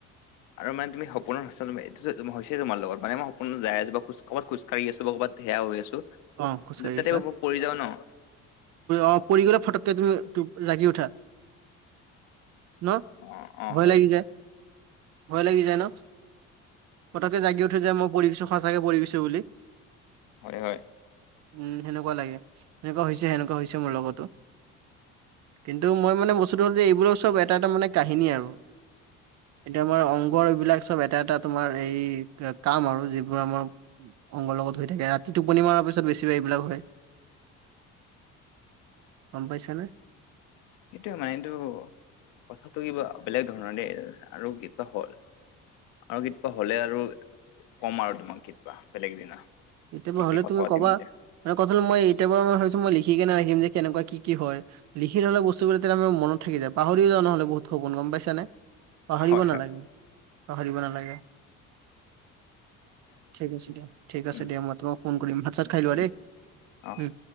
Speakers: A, on the left; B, on the right.
A: আৰু মানে তুমিপোন আটো হৈছে তোমাৰ লগত মানেই সপোন য আছো খো ক'ব খোজ ক় আছো কৰবাত ধেয়া হৈ আছো
B: অ খোজকাঢ়ি
A: যদি তাতে
B: আছা
A: মই পৰি যাওঁ ন
B: অ পৰি গলে ফটককে তুমি জাগি উঠা ন
A: অ অ
B: ভয়
A: হয়
B: লাগি যায়। ভয় লাগি যায় ন পতকে জাগি উঠৈ যায় মই পঢ়ছো সঁচাকে পঢ়িছো বুলি
A: হয় হয়
B: উম সেনেকুৱা লাগে, সেনেকুৱা হৈছে সেনেকুৱা হৈছে মোৰ লগতো। কিন্তু মই মানে বস্তুটো হ'ল যে এইবোৰ চব এটা - এটা মানে কাহিনী আৰু এতিয়া আমাৰ অং বৰ এইবিলাক চব এটা এটা তোমাৰ এই কা কাম আৰু যিবোৰ আমাৰ অংগৰ লগত হৈ থাকে ৰাতি টোপনি মৰাৰ পি চত বেছি এইবিলাক হয়, গম পাইছা নে?
A: এইটোয়ে মাইণ্ডটো কথাটো কিবা বেলেগ ধৰণৰে আৰু কিবা হ'ল। আৰু কিতপা হ'লে আৰু কম আৰু তোমাক কিতবা বেলেগ দিনা।
B: এতিয়াৰপৰা
A: একে
B: হ'লে
A: কথা
B: তুমি
A: পাতিম
B: ক'বা
A: দিয়া
B: মানে কথা হল মই এতিয়াৰপৰা মই ভাবিছো মই লিখিকেনে ৰাখিম যে কেনেকুৱা কি কি হয়? লিখি থলে বস্তুবোৰ তেতিয়া আমাৰ মনত থাকি যায় পাহৰি যাওঁ নহলে বহুত সপোন গম পাইছানে? পাহৰিব
A: হয় হয়
B: নালাগে, পাহৰিব নালাগে। ঠিক আছে দিয়া, ঠিক আছে
A: উম
B: দিয়া মই তোমাক ফোন কৰিম ভাত - চাত খাই লোৱা
A: উম
B: দেই
A: অহ
B: উম।